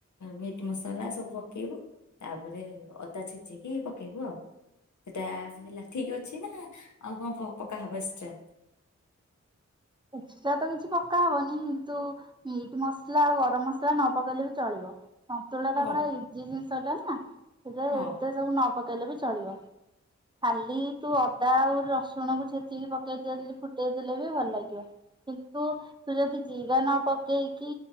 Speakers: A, on the left (about 75°); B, on the right (about 15°).
A: ମିଟ୍ ମସଲା ସବୁ ପକେଇବୁ ତାପରେ ଅଦା ଛେଚିକି ପକେଇବୁ ଆଉ ସେଟା ହେଲା ଠିକ ଅଛି ନା ଆଉ କଣ ପକାହବ। ଆଛା
B: ଏକଶଟାର ତ କିଛି ପକା ହବନି କିନ୍ତୁ ମିଟ୍ ମସଲା ଆଉ ଗରମ ମସଲା ନ ପକେଇଲେ ବି ଚଳିବ। ସନ୍ତୁଳା ଟ
A: ହଁ
B: ପୁରା ଇଜି ଜିନିଷ ଟା ନା ସେଟା
A: ହଁ
B: ଏତେ ସବୁ ନ ପକେଇଲେ ବି ଚଳିବ ଖାଲି ତୁ ଅଦା ଆଉ ରସୁଣ କୁ ଛେଚିକି ପକେଇ ଦେଲେ ପୁଟେ ଫଟେଇଦେଲେ ବି ଭଲ ଲାଗିବ କିନ୍ତୁ ତୁ ଯଦି ଜିରା ନ ପକେଇକି